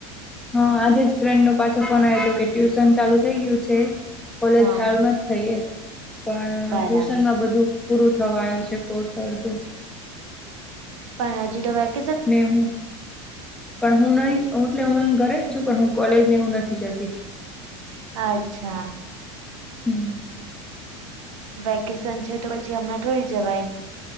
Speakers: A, in the centre; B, on the right.
A: હા આજે જ ફ્રેન્ડ નો પાછો ફોન આવ્યો હતો કે ટ્યુશન ચાલુ થઇ ગયું છે. કોલેજ
B: હા
A: ચાલુ ન થઈ એ પણ
B: બરાબર
A: ટ્યુશનમાં બધું. પૂરું થવા આયો છે કોર્સ અડધો.
B: પણ અજ તો વેકે
A: ને હૂ. પણ હું નહી હું એટલે હુ ઘરે જ છું પણ હું કોલેજ ને એવું નથી જતી.
B: અચ્છા.
A: હમ.
B: વેકેશન છે તો પછી હમણાં થોડી જવાય?